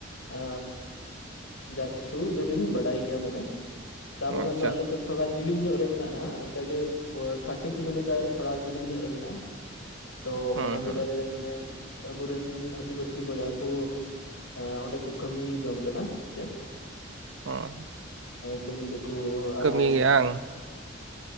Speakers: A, on the left; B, on the right.
A: ᱮ ᱡᱟ ᱠᱤᱪᱷᱩ ᱫᱚᱞᱤᱧ ᱵᱟᱰᱟᱭ ᱜᱮᱭᱟ ᱢᱟᱱᱮ ᱪᱟ ᱵᱟᱜᱟᱱ
B: ᱟᱪᱪᱷᱟ
A: ᱫᱚ ᱟᱞᱮ ᱠᱷᱚᱡ ᱛᱷᱚᱲᱟ ᱡᱮᱞᱮᱧ ᱧᱚᱜ ᱨᱮ ᱢᱮᱱᱟᱜᱼᱟᱜ ᱤᱱᱠᱟ ᱜᱮ ᱛᱷᱟᱨᱴᱤ ᱠᱤᱞᱳᱢᱤᱴᱟᱨ ᱛᱷᱚᱲᱟ ᱡᱮᱞᱮᱧ ᱧᱚᱜ ᱨᱮ ᱢᱮᱱᱟᱜᱼᱟ ᱛᱚ
B: ᱦᱩᱸ
A: ᱚᱱᱟ
B: ᱦᱩᱸ
A: ᱡᱟᱭᱜᱟ ᱨᱮ ᱢᱟᱱᱮ ᱟᱵᱚᱨᱮᱱ ᱟᱹᱫᱤᱵᱟᱹᱥᱤ ᱵᱚᱭᱦᱟ ᱠᱚ ᱮ ᱚᱸᱰᱮ ᱠᱚ ᱠᱟᱹᱢᱤ ᱡᱚᱝ ᱠᱟᱱᱟ ᱪᱮᱫ
B: <inaudible>
A: ᱠᱟᱹᱢᱤ ᱫᱟᱠᱚ
B: ᱠᱟᱹᱢᱤ
A: ᱟᱨ
B: ᱜᱮ ᱵᱟᱝ